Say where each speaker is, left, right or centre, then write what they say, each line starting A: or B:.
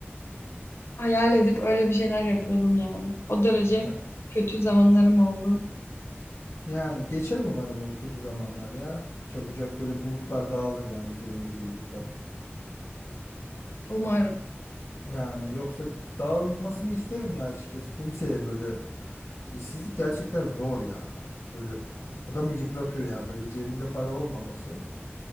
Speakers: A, on the left (about 65°); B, on the left (about 75°).
A: hayal edip öyle bir şeyler yapıyordum yani. O derece
B: Ya-
A: kötü zamanlarım oldu.
B: yani geçer umarım o kötü zamanlar ya. Çabucak böyle bulutlar dağılır yani üzerindeki bulutlar.
A: Umarım.
B: Yani yoksa dağılmasını isterim ya açıkçası. Kimseye böyle İşsizlik gerçekten zor ya. Böyle adamı yıpratıyor ya. Böyle cebinde para olmaması.